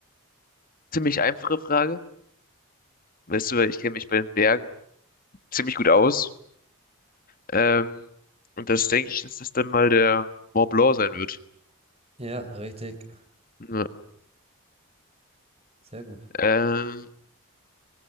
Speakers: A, on the left (about 40°); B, on the right (about 30°).
A: ziemlich einfache Frage. Weißt du, weil ich kenne mich bei den Bergen ziemlich gut aus. Ähm, und das denke ich, dass das dann mal der Mont Blanc sein wird.
B: Ja, richtig.
A: Ja.
B: Sehr gut.
A: Ähm,